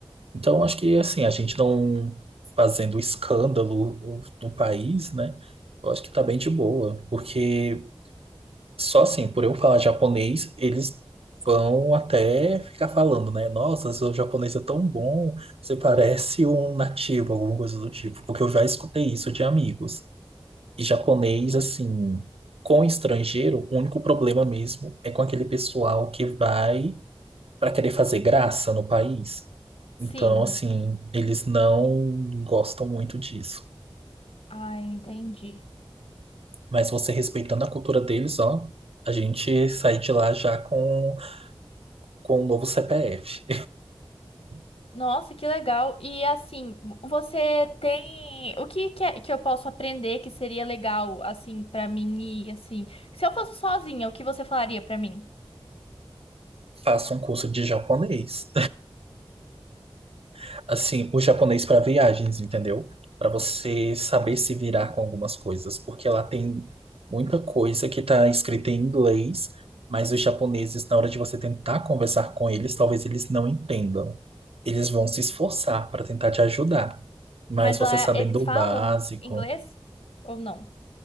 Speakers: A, on the right; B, on the left.
A: Então, acho que, assim, a gente não fazendo escândalo no país, né, eu acho que tá bem de boa. Porque só assim, por eu falar japonês, eles vão até ficar falando, né, nossa, seu japonês é tão bom, você parece um nativo, alguma coisa do tipo. Porque eu já escutei isso de amigos japonês, assim, com estrangeiro, o único problema mesmo é com aquele pessoal que vai para querer fazer graça no país.
B: Sim.
A: Então, assim, eles não gostam muito disso.
B: Ah, eu entendi.
A: Mas você respeitando a cultura deles, ó, a gente sai de lá já com, com um novo CPF. <laughs>
B: Nossa, que legal. E assim, vo- você tem o que que, é- que eu posso aprender que seria legal assim pra mim ir assim? Se eu fosse sozinha, o que você falaria pra mim?
A: faça um curso de japonês. <laughs> Assim, o japonês para viagens, entendeu? Para você saber se virar com algumas coisas, porque lá tem muita coisa que está escrita em inglês, mas os japoneses, na hora de você tentar conversar com eles, talvez eles não entendam. Eles vão se esforçar para tentar te ajudar, mas
B: Mas
A: você
B: lá
A: sabendo
B: eles
A: o
B: falam
A: básico.
B: inglês ou não?